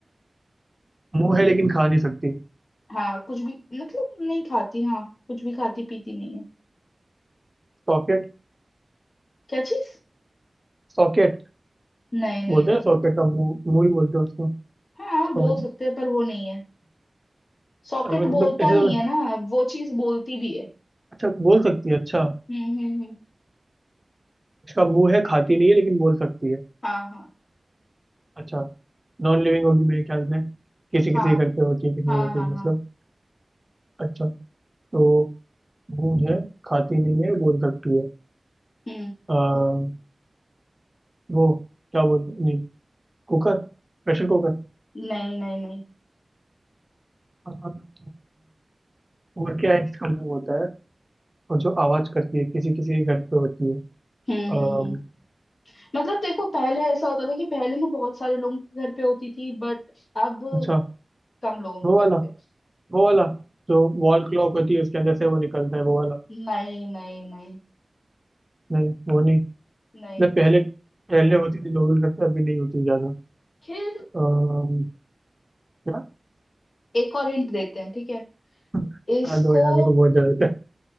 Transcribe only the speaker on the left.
हाँ कुछ भी मतलब नहीं खाती हाँ कुछ भी खाती पीती नहीं है
क्या चीज
नहीं नहीं
नहीं
हाँ बोल
सकते हैं पर वो नहीं है सॉकेट
बोलता
नहीं
है ना वो चीज बोलती भी है
हम्म हम्म हम्म
हाँ हाँ
हाँ
हाँ
हाँ
हाँ
हम्म
नहीं नहीं नहीं
हम्म
हम्म हम्म मतलब देखो पहले ऐसा होता था कि पहले ना बहुत सारे लोगों के घर पे होती थी बट अब
कम लोगों के
घर पे
नहीं नहीं नहीं
नहीं
फिर
एक और हिंट देते हैं ठीक है
इसको